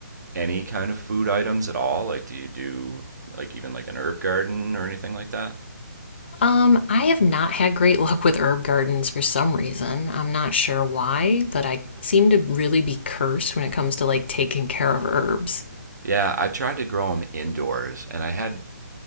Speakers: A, on the right; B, on the left.
A: any kind of food items at all? Like, do you do like even like an herb garden or anything like that?
B: Um, I have not had great <laughs> luck with herb gardens for some reason. I'm not sure why, but I seem to really be cursed when it comes to like taking care of herbs.
A: Yeah, I've tried to grow them indoors and I had